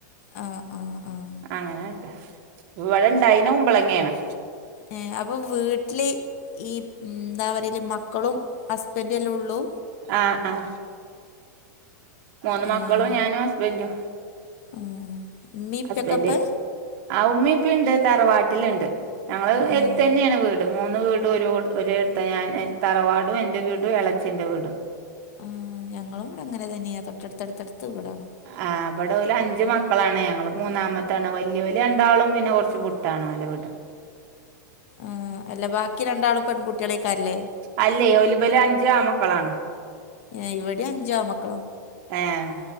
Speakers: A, on the left; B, on the right.
A: ആഹ് ആഹ് ആഹ്
B: അങ്ങനെട്ട ഇവടെണ്ടായ്ന കുമ്പളങ്ങേണ്
A: ഏ അപ്പൊ വീട്ട്ല് ഈ ന്താ പറ്യലെ മക്കളും ഹസ്ബൻ്റെ ല്ലേള്ളൂ
B: ആഹ് ആഹ് മൂന്ന്
A: ഏഹ്
B: മക്കളും ഞാനും ഹസ്ബൻ്റും
A: ആഹ്. ഉമ്മീം ഉപ്പയൊക്കെ
B: ഹസ്ബന്റ്
A: ഇപ്പൊ
B: ആഹ് ഉമ്മിം ഇപ്പീണ്ട് തറവാട്ടില്ണ്ട് ഞങ്ങള്
A: ഏഹ്
B: എട്ത്തന്നെണ് വീട് മൂന്ന് വീടു ഒരോട് ഒരേട്ത്ത ഞാന് തറവാടുഎന്റെ വീടു ഇളേച്ചന്റെ വീടു
A: ആഹ് ഞങ്ങളവ്ടെ അങ്ങന തെന്നെയാ തൊട്ടട്ത്തട്ത്തട്ത്ത് വീടാണ്
B: ആഹ് ഇബടെ ഓല് അഞ്ച് മക്കളാണ് ഞങ്ങള് മൂന്നാമത്താണ് വല്യേല് രണ്ടാളും പിന്നെ കൊർച്ച് വ്ട്ടാണ് ഓലെ വീട്
A: ആഹ് അല്ല ബാക്കി രണ്ടാളും പെൺകുട്യേളയ്ക്കാര്ല്ലേ
B: അല്ലേയ് ഓല് ഇബലഞ്ച് ആമക്കളാണ്
A: ഏഹ് ഇവിടിം അഞ്ചു ആമക്കള
B: ഏഹ്